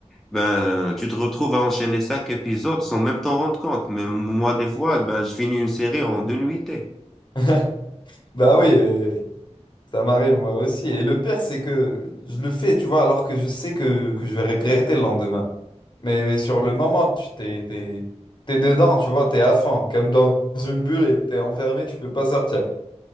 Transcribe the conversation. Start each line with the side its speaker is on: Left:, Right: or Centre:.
Centre: ben, tu te retrouves à enchaîner cinq épisodes sans même t'en rendre compte. Mais moi, des fois, ben, je finis une série en deux nuitées.
Left: <laughs> Bah oui, euh, ça m'arrive moi aussi. Et le pire, c'est que je le fais, tu vois, alors que je sais que, que je vais regretter le lendemain. Mais, mais sur le moment, tu t'es, t'es, t'es dedans, tu vois, t'es à fond, comme dans une bulle et t'es enfermé, tu peux pas sortir.